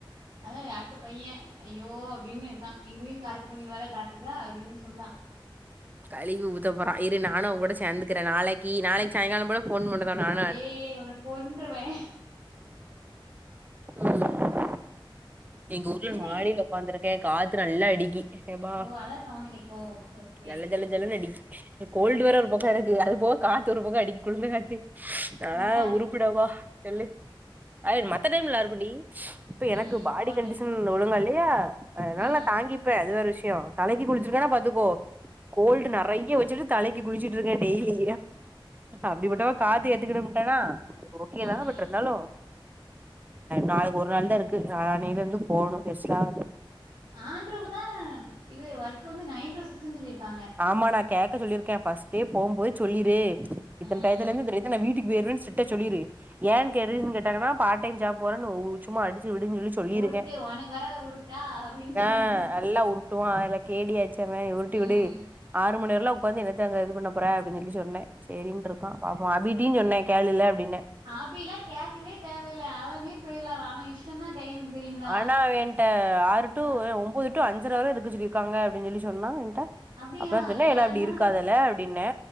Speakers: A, on the right; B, on the right.
A: அத அடுத்த பையே ஐயோ அப்டின்னுருக்கா இதயு கரெக்ட் பண்ணிருவாளா கார்த்திகா அப்டின்னு சொன்னா
B: கழிவி ஊத்த போறா இரு நானு உ கூட சேந்துக்கிறே நாளைக்கு நாளைக்கு சாயங்காலோ போல பொன்னு மட்டு தா நா
A: ஏ உன்ன கொன்றுவே
B: ம் எங்க ஊர்
A: என்ன
B: மாடில உக்காந்துருக்கே காத்து நல்லா அடிக்கி மா
A: ஓ அதான் சவுண்ட் கேட்கோ சரி
B: ஜல ஜல ஜனல அடிக்கி கோல்டு வர ஒரு பக்கொ எனக்கு அது போக காத்து ஒரு பக்கொ அடிக்கு குழுந்த காத்து ந
A: நல்லா இருக்கும்.
B: உருப்பிடாவா சொல்லு மத்த டைம் நல்லாருக்குடி இப்ப எனக்கு
A: ம்.
B: பாடி
A: கோல்டு.
B: கண்டிசன் ஒழுங்கா இல்லையா அதனால
A: ம்.
B: நா தாங்கிப்பே அது வேற விஷயோ தலைக்கு குளிச்சிருக்கன்னா பாத்துக்கோ கோல்டு நிறைய வச்சுட்டுத் தலைக்கு குளிச்சுட்டுருக்கே டெய்லி அப்டிப்பட்டவ காத்து எத்துக்கிட முட்டானா அ ஓகேதா
A: ம்.
B: பட் இருந்தாலு நாளைக் ஒரு நாள் தா இருக்கு நாளா னல இருந்து போணு எரிச்சலா வருது
A: ஆண்றுக்கு தா இது ஒர்க் வந்து நைன் டு சிக்ஸ்ன்னு சொல்லிருக்காங்க
B: ஆமா நா கேக்க சொல்லியிருக்கே பஃர்ஸ்ட்டே போம்போது சொல்லிரு இத்தன
A: ம்.
B: டையத்துல இருந்து இந்த அந்த நா வீட்டுக்கு போயிரேன்னு சிடிரிட்டா சொல்லிரு ஏ கி ரீசன் கேட்டங்கன்னா பார்ட் டைம் ஜாப் போறேன்னு சும்மா அடிச்சு விடிஞ்ழச்சு சொல்லிருக்கே
A: உருட்டு உனக்கு வராத உருட்டா அப்படின்னு சொல்லி.
B: ஆஹ் நல்லா ட்டுவ அதெல்லா கேடியாச்சேங்க உருட்டி
A: ம்.
B: வுடு ஆறு மணி வரல உக்காந்து என்னத்த அங்க இது பண்ண போற அப்டினு சொல்லி சொன்னே சேரின்னுருக்கா பாப்போ அபிடயு சொன்னே கேளுல அப்டின்னு
A: அபில்லா கேக்கவே தேவயில்ல அவனே போயிரலா அவ அவ இஷ்டோதா டைமிங் தெரியுங்களா?
B: ஆனா அவே என்ட்ட ஆறு டு
A: ஆ.
B: ஒன்பது டு அஞ்சர வர இருக்க சொல்லிருக்காங்க அப்டின்னு சொல்லி சொன்னா என்ட்ட
A: அப்படியா?
B: அப்பதா சொன்னே
A: ஏன்
B: எல்லா
A: ஆனா
B: அப்டி இருக்காதல்ல அப்டின்னே